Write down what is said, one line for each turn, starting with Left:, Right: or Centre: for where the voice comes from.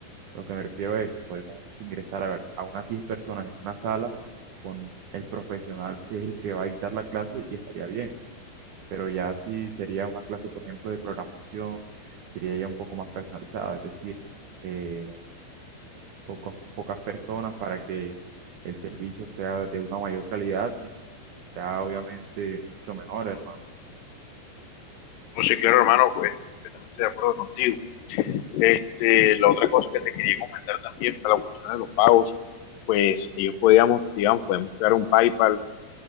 Right: Lo que me refiero es, podemos ingresar a, ver, a unas 10 personas en una sala con el profesional que es el que va a dictar la clase y estaría bien. Pero ya si sería una clase, por ejemplo, de programación, sería ya un poco más personalizada, es decir, eh, pocos- pocas personas para que el servicio sea de una mayor calidad y sea obviamente mucho mejor, hermano.
Left: no sé, claro, hermano, pues completamente de acuerdo contigo. Este, la otra cosa que te quería comentar también para la cuestión de los pagos, pues ellos podíamos, digamos, podemos crear un PayPal